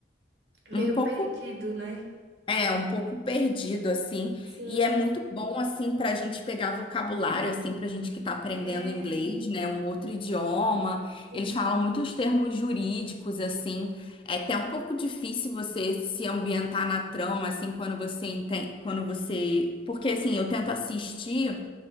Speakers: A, on the right; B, on the left.
A: meio
B: Um pouco
A: perdido, né?
B: É, um pouco perdido, assim,
A: Sim,
B: e é muito bom, assim, para a gente pegar vocabulário, assim, para a gente que está aprendendo
A: é.
B: inglês, né, um outro idioma,
A: Sim.
B: eles falam muitos termos jurídicos, assim, é até um pouco difícil você se ambientar na trama, assim, quando você entende, quando você... Porque, assim, eu tento assistir